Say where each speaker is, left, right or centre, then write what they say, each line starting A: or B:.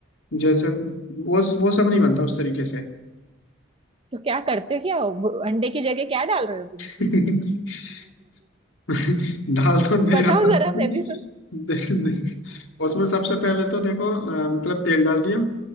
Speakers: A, on the left (about 70°); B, on the right (about 30°).
A: जैसे वो वो सब नहीं बनता उस तरीके से
B: तो क्या करते हो क्या हो अंडे की जगह क्या डाल रहे हो तुम इसमें
A: <laughs> <laughs> डाल तो नहीं
B: <laughs> बताओ
A: रहा था उसमें।
B: जरा मैं भी सुन
A: देख देख उसमें सबसे पहले तो देखो अ, मतलब तेल डाल दिया